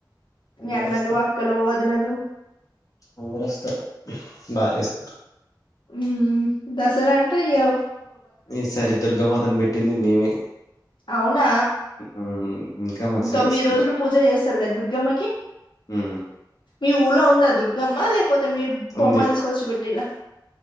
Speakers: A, on the left; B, on the left.
A: మీ
B: అందరు
A: అన్నలు
B: వస్తారు
A: అక్కలు వది నాలు
B: అందరు వస్తారు బాగా చేసుకుంటాం
A: ఉ దసరా అంటే ఇయ్యవ్
B: ఈ సారి దుర్గమాతను బెట్ ట్టింది మేమే
A: అవున
B: ఉమ్, ఇంకా మంచిగా
A: తొమ్మిది
B: చేసుకున్నాం
A: రోజులు పూజ చేస్తారు కదా దుర్గమ్మకి
B: ఉమ్,
A: మీ ఊర్లో ఉందా దుర్గమ్మ లేక్ పోతే మీరు బొమ్మ
B: ఉంది
A: తీసుకొచ్చి పెట్టిన్ల